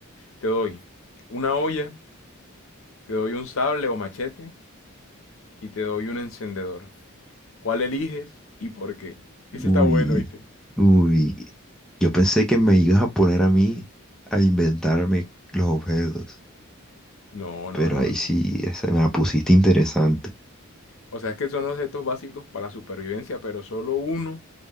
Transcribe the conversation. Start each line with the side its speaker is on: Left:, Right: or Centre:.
Left: Te doy una olla, te doy un sable o machete y te doy un encendedor. ¿Cuál eliges y por qué? Ese
Centre: uy,
Left: está bueno, ¿viste?
Centre: uy. Yo pensé que me ibas a poner a mí a inventarme los objetos,
Left: No,
Centre: pero
Left: no, no,
Centre: ahí
Left: no.
Centre: sí,
Left: no.
Centre: esa me la pusiste interesante.
Left: O sea, es que son objetos básicos para la supervivencia, pero solo uno